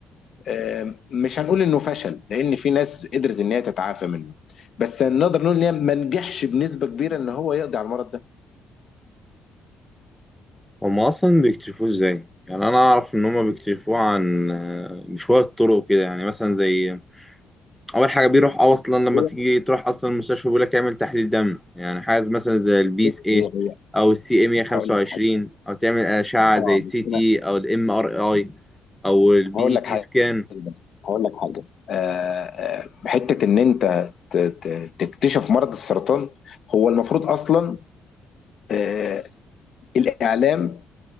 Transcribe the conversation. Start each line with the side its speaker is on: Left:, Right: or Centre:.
Left: آم، مش هنقول انه فشل لان في ناس قدرت ان هي تتعافى منه بس نقدر نقول ان هي ما نجحش بنسبة كبيرة ان هو يقضي على المرض ده
Centre: هم اصلا بيكتشفوه ازاي يعني انا اعرف ان هم بيكتشفوه عن آه، بشويه طرق كده يعني مثلا زي اول حاجه بيروح اه اصلا لما
Left: هي
Centre: تيجي تروح اصلا المستشفى بيقول لك اعمل تحليل دم يعني حاجه مثلا زي البي
Left: بص
Centre: اس اي
Left: هي هي
Centre: او السي ام 125
Left: هقول لك حاجة
Centre: او تعمل اشعه
Left: اه
Centre: زي سي
Left: بس
Centre: تي
Left: انا
Centre: او الام ار اي او البي
Left: هقول
Centre: اي
Left: لك
Centre: تي
Left: حاجة
Centre: سكان
Left: هقول لك حاجة آه، آه، حتة ان انت ت- ت- تكتشف مرض السرطان هو المفروض اصلا آه، الاعلام